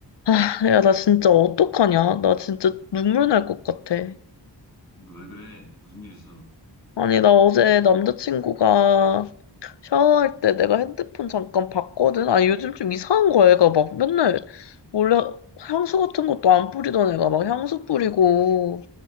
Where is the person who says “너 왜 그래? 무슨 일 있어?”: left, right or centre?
Left